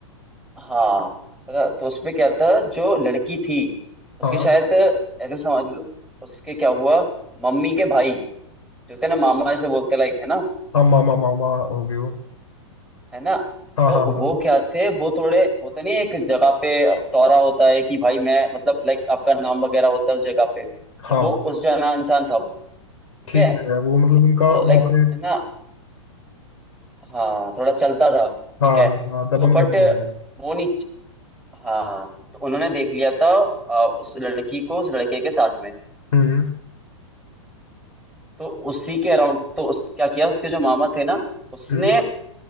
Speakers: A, in the centre; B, on the left (about 85°).
A: हाँ पता- तो उसमें क्या था जो लड़की थी उसके
B: हाँ
A: शायद ऐसे समझ लो उसके क्या हुआ मम्मी के भाई जो थे ना मामा ऐसे बोलते लाइक है ना
B: हाँ मामा मामा हो गए वो
A: है ना
B: हाँ
A: तो
B: हाँ
A: वो क्या थे वो थोड़े होता नहीं है एक जगह पे टोरा होता है कि भाई मैं मतलब लाइक आपका नाम वगैरह होता है उस जगह पे तो
B: हाँ
A: वो
B: हाँ
A: उस जना इंसान था वो ठीक
B: ठीक
A: है
B: है वो मतलब उनका वहाँ
A: लाइक
B: पे
A: है ना हाँ थोड़ा चलता था
B: हाँ
A: ठीक है
B: हाँ
A: तो
B: हाँ दबंग
A: बट
B: आदमी है वो।
A: वो नहीं हाँ हाँ, तो उन्होंने देख लिया था अ, उस लड़की को उस लड़के के साथ में
B: हम्म
A: तो उसी के अराउंड तो उस क्या किया उसके जो मामा थे ना उसने
B: हम्म